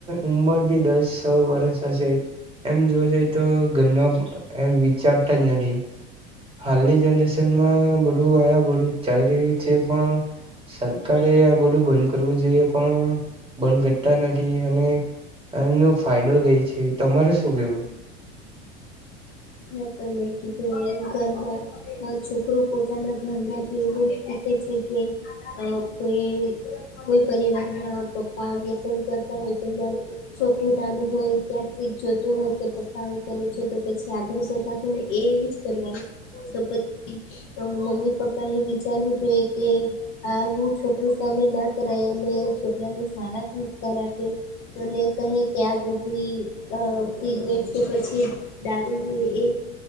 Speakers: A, on the right; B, on the left.
A: ઉમર ભી દસ સ વરષ હશે એમ જોવા જઈએ તો ઘરના એમ વિચારતા જ નથી હાલની જનરેશનમાં બધું આ બધું ચાલી રહ્યું છે, પણ સરકારે આ બધું બંધ કરવું જોઈએ પણ બંધ કરતા નથી અને એનો ફાયદો લે છે, તમારે શું કેવું
B: મતને કીધું ઘરમાં છોકરો પોતાના ઘરમાં જોયવું શીખે છે. કે કોઈ, કોઈ પરિવાર ના પપ્પા વ્યસન કરતા હોય તો છોકરું નાનું હોય ત્યાંથી જોતું હોય કે પસાવ કરે છે, તો પછી આગળ જતા પણ એ એવું જ કરવાનું તો પછી મમ્મી પપ્પા એ વિચારવું જોઈએ કે આું છોકરો સામે ના કરાય અને છોકરાને સારા સંસ્કાર આપે અને કહે કે આ બધી સિગરેટ કે પછી દારૂ એ